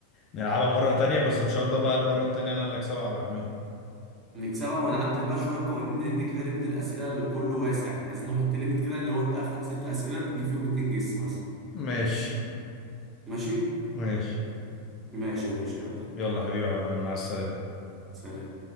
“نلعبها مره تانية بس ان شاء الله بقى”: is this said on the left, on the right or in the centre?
Left